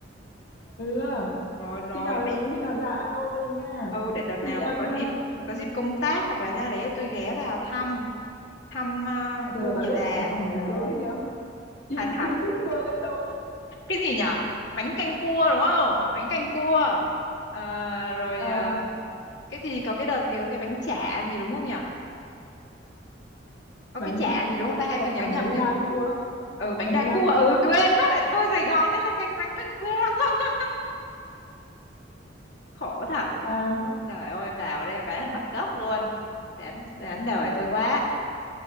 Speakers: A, on the left; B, on the left.
A: ừ,
B: rồi rồi
A: khi nào
B: bây
A: khi nào ra alo tôi nha.
B: ừ để đợt nào
A: Thì em,
B: mà có
A: a
B: dịp có dịp công tác hoặc là ra đấy tôi ghé vào thăm thăm à,
A: ừ,
B: cô
A: bà
B: nhà
A: biết
B: bà
A: Hải Phòng nổi
B: trời ơi
A: tiếng gì không? Đi
B: hai
A: đi food tour với tôi,
B: cái gì nhở bánh canh cua đúng không bánh canh cua Ờ, rồi
A: ờ,
B: à, cái gì có cái đợt gì có cái bánh chả gì đúng không nhở có
A: bánh,
B: cái chả
A: a,
B: gì đúng không ta hay
A: gọi
B: tôi nhớ
A: là,
B: nhầm
A: bánh
B: nhở
A: đa cua,
B: ừ bánh
A: bánh
B: đa
A: đa
B: cua ừ
A: cua.
B: quên mất ở vô Sài Gòn đấy là canh bánh canh cua <laughs> khổ thật
A: À.
B: ôi giời ơi vào đây cái là mất gốc luôn đáng đáng đời tôi quá